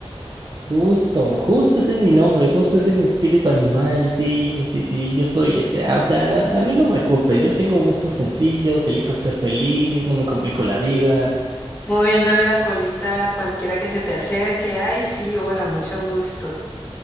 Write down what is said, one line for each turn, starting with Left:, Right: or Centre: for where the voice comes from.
Right: Justo, justo ese es mi nombre, justo ese es mi espíritu animal, sí, sí, sí, yo soy ese. ah, O sea,
Left: m-
Right: a mí no me culpes, yo tengo gustos sencillos, elijo ser feliz, no me complico la vida.
Left: moviéndole la colita a cualquiera que se te acerque. Ay, sí, hola, mucho gusto.